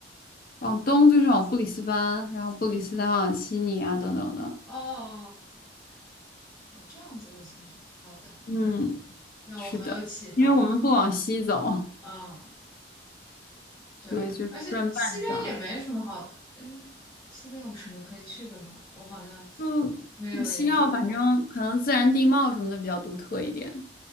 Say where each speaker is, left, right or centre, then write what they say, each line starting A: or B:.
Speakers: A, on the left (about 50°); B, on the left (about 20°).
A: 往东就是往布里斯班，然后布里斯班往悉尼啊等等的。
B: 哦，哦，哦这样子的行程，好的，
A: 嗯，
B: 让我很有启发，
A: 是的，因为我们不往西走，
B: 嗯。对，
A: 对，就是转半圈儿。
B: 而且西边也没什么好，嗯，西边有什么可以去的吗？我好像
A: 就西澳，
B: 没有研究过。
A: 反正可能自然地貌什么的比较独特一点。